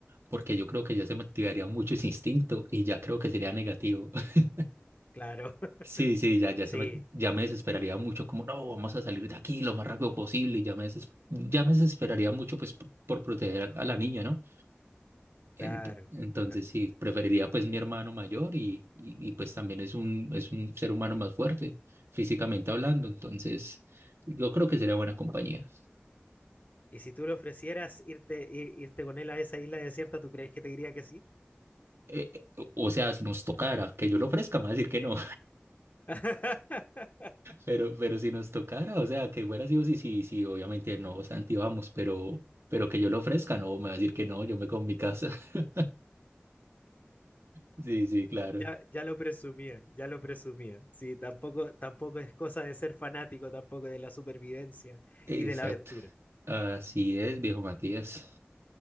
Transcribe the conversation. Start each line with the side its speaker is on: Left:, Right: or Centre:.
Right: porque yo creo que ya se me activaría mucho ese instinto y ya creo que sería negativo. <laughs>
Left: Claro.
Right: Sí, sí, ya, ya,
Left: Sí,
Right: se me, ya me desesperaría mucho, como no, vamos a salir de aquí lo más rápido posible, y ya me, deses- ya me desesperaría mucho pues p- por proteger a la niña, ¿no?
Left: claro.
Right: Ent- entonces
Left: No.
Right: sí, preferiría pues mi hermano mayor y, y, y, pues también es un, es un ser humano más fuerte, físicamente hablando, entonces yo creo que sería buena compañía.
Left: Y si tú le ofrecieras irte, i- irte con él a esa isla desierta, ¿tú crees que te diría que sí?
Right: Eh, eh, o o sea, si nos tocara que yo lo ofrezca, me va a decir
Left: Sí.
Right: que no.
Left: <laughs>
Right: Pero, pero si nos tocara, o sea, que fuera así, o sí, sí, sí, obviamente no, Santi, vamos, pero, pero que yo lo ofrezca, no, me va a decir que no, yo me quedo en mi casa. <laughs> Sí, sí, claro.
Left: Ya, ya lo presumía, ya lo presumía. Sí, tampoco, tampoco es cosa de ser fanático, tampoco de la supervivencia
Right: Exacto.
Left: y de la aventura.
Right: Así es, viejo Matías.